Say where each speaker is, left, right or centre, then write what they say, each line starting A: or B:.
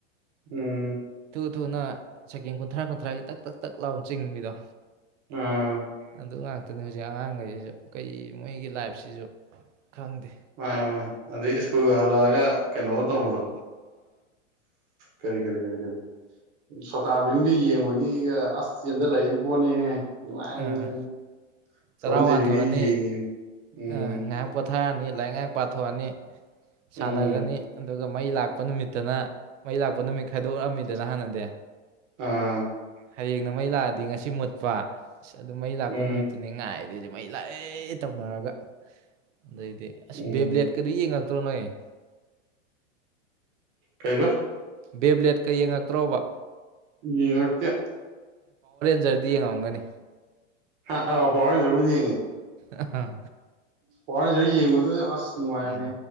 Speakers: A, on the right; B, on the right.
A: ꯎꯝ
B: ꯑꯗꯨꯨꯅ ꯁꯦꯀꯦꯟ ꯀꯨꯟꯊ꯭ꯔꯥ ꯀꯨꯟꯊ꯭ꯔꯥꯒꯤ ꯇꯛ ꯇꯛ ꯇꯛ ꯂꯥꯎ ꯆꯤꯡꯕꯤꯗꯣ
A: ꯑꯥ
B: ꯑꯗꯨ ꯉꯥꯛ ꯍꯧꯖꯤꯛ ꯑꯉꯥꯡꯈꯩꯁꯤꯁꯨ ꯀꯩ ꯃꯣꯏꯒꯤ ꯂꯥꯏꯐꯁꯤꯁꯨ ꯈꯪꯗꯦ
A: ꯃꯥꯅꯦ ꯃꯥꯅꯦ ꯑꯗꯩ ꯁ꯭ꯀꯨꯜꯒ ꯍꯜꯂꯛꯑꯒ ꯀꯩꯅꯣꯒ ꯇꯧꯕꯗꯣ
B: ꯑꯥ
A: ꯀꯔꯤ ꯀꯔꯤ ꯀꯔꯤ ꯀꯔꯤ ꯁꯣꯇꯥ ꯕꯤꯝꯒꯤ ꯌꯦꯡꯕꯒꯤꯒ ꯑꯁ ꯆꯦꯟꯖꯜꯂꯛꯏ ꯄꯣꯠꯅꯤꯍꯦ <inaudible> ꯅꯨꯡꯉꯥꯏꯕꯅꯦꯃꯤ
B: ꯑꯥ
A: ꯇꯣꯝ
B: ꯆꯔꯥ
A: ꯖꯦꯔꯤꯒ
B: ꯋꯥꯟꯊꯣꯛꯑꯅꯤ
A: ꯌꯦꯡꯉꯤ ꯎꯝ
B: ꯑꯥ ꯉꯥꯏꯍꯥꯛ ꯄꯣꯊꯥꯔꯅꯤ ꯂꯥꯏꯔꯤꯛ ꯉꯥꯛ ꯄꯥꯊꯣꯛꯑꯅꯤ ꯁꯥꯟꯅꯔꯅꯤ
A: ꯎꯝ
B: ꯑꯗꯨꯒ <inaudible> ꯃꯩ ꯂꯥꯛꯄ ꯅꯨꯃꯤꯠꯇꯅ ꯃꯩ ꯂꯥꯛꯄ ꯅꯨꯃꯤꯠ ꯈꯥꯏꯗꯣꯛꯂꯛꯑꯝꯃꯤꯗꯅ ꯍꯥꯟꯅꯗꯤ
A: ꯑꯥ
B: ꯍꯌꯦꯡꯅ ꯃꯩ ꯂꯥꯛꯑꯗꯤ ꯉꯁꯤ ꯃꯨꯠꯄ ꯑꯁ ꯑꯗꯨ ꯃꯩ ꯂꯥꯛꯄ
A: ꯎꯝ
B: ꯅꯨꯃꯤꯠꯇꯨꯅꯤ ꯉꯥꯏ ꯑꯗꯩꯗꯤ ꯃꯩ ꯂꯥꯛꯑꯦ ꯇꯧꯅꯔꯒ ꯑꯗꯩꯗꯤ ꯑꯁ
A: ꯎꯝ
B: ꯕꯦꯕ꯭ꯂꯦꯠꯀꯗꯨ ꯌꯦꯡꯉꯛ ꯇꯅꯣꯏ <inaudible>
A: ꯀꯩꯕ
B: ꯕꯦꯕ꯭ꯂꯦꯠꯀ ꯌꯦꯡꯉꯛꯇ꯭ꯔꯣꯕ
A: ꯌꯦꯉꯛꯇꯦ
B: ꯖꯔꯗꯤ ꯌꯦꯡ ꯉꯝꯒꯅꯤ
A: ꯑꯥ ꯑꯥꯎ ꯄꯥꯎꯔꯖꯕꯨꯗꯤ ꯌꯦꯡꯉꯤ
B: ꯑꯥ
A: ꯄꯋꯥꯔ ꯍꯟꯖꯔ ꯌꯦꯡꯕꯗꯨꯗ ꯑꯁ ꯅꯨꯡꯉꯥꯏꯕꯅꯦ
B: ꯎꯝ